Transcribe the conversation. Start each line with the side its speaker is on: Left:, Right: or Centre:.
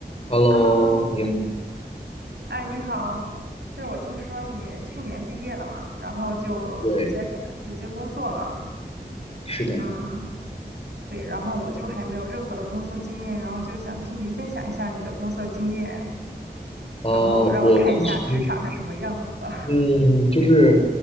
Left: Hello，
Right: Hello，
Left: 你好，
Right: 哎，你好，就是我听说你去年毕业了嘛，然后就直接直接工作了，
Left: 对，是的，
Right: 嗯，对，然后我就还没有任何的工作经验，然后就想听你分享一下你的工作经验，
Left: 呃，
Right: 然后让我看一下职场是什么样子的。
Left: 我当时，
Right: <laughs>
Left: 嗯，就是，